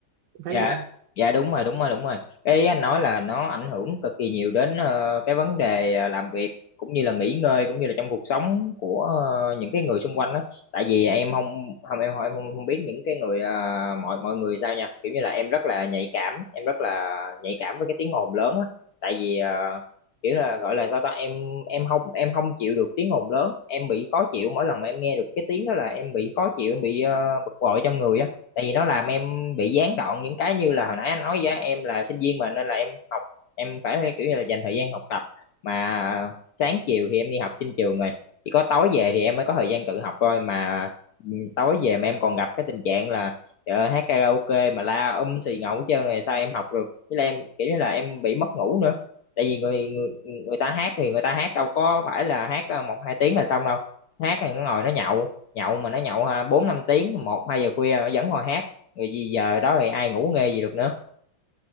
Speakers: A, on the right; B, on the left.
A: Em thấy
B: dạ
A: vậy không
B: dạ đúng rồi đúng rồi đúng rồi cái anh nói là nó ảnh hưởng cực kỳ nhiều đến ờ, cái vấn đề ờ, làm việc cũng như là nghỉ ngơi cũng như là trong cuộc sống của ờ, những cái người xung quanh đó tại vì em không không em không em không, không biết những cái người ờ, mọi mọi người sao nha kiểu như là em rất là nhạy cảm em rất là nhạy cảm với cái tiếng ồn lớn á tại vì ờ, kiểu là gọi là sao ta em em không em không chịu được tiếng ồn lớn em bị khó chịu mỗi lần mà em nghe được cái tiếng đó là em bị khó chịu em bị ờ, bực bội trong người á tại vì nó làm em bị gián đoạn những cái như là hồi nãy anh nói với em là sinh viên mà nên là em học em phải kiểu như là dành thời gian học tập mà sáng chiều thì em đi học trên trường rồi chỉ có tối về thì em mới có thời gian tự học thôi mà ừ, tối về mà em còn gặp cái tình trạng là trời ơi, hát karaoke mà la um xì ngầu hết trơn rồi sao em học được với là em kiểu như là em bị mất ngủ nữa tại vì người người người ta hát thì người ta hát đâu có phải là hát ờ, một hai tiếng là xong đâu hát thì nó ngồi nó nhậu nhậu mà nó nhậu ha bốn năm tiếng một hai giờ khuya nó vẫn còn hát rồi gì giờ đó thì ai ngủ nghe gì được nữa